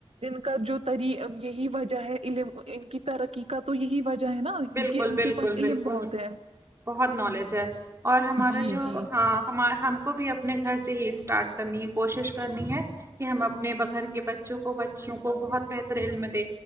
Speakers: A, on the right (about 80°); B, on the right (about 25°).
A: ان کا جو تری یہی وجہ ہے علم ان کی تر قی کا تو یہی وجہ ہے نا کیوکہ
B: بالکل
A: ان
B: بالکل
A: کے پاس علم
B: بالکل
A: بہت ہے
B: بہت نالج ہے اور ہمارا
A: جی
B: جو
A: جی
B: ہاں ہما ہم کو بھی اب اپنے گھر سے ہی اسٹارٹ کرنی ہے کوشش کرنی ہے کہ ہم اپنے گھر کے بچوں کو بچیوں کو بہت بہتر علم دے